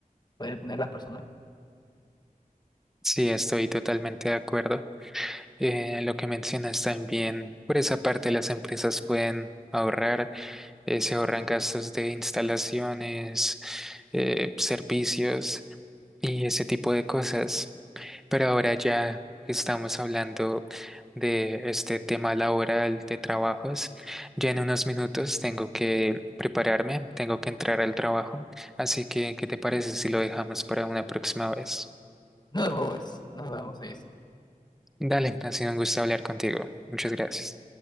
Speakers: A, on the left; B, in the centre.
A: pueden tener las personas.
B: Sí, estoy totalmente de acuerdo. Eh, lo que mencionas también, por esa parte las empresas pueden ahorrar eh, se ahorran gastos de instalaciones, eh, servicios y ese tipo de cosas. Pero ahora ya que estamos hablando de este tema laboral de trabajos. Ya en unos minutos tengo que prepararme, tengo que entrar al trabajo. Así que, ¿qué te parece si lo dejamos para una próxima vez?
A: Nos vemos, nos vemos, eso.
B: Dale, ha sido un gusto hablar contigo. Muchas gracias.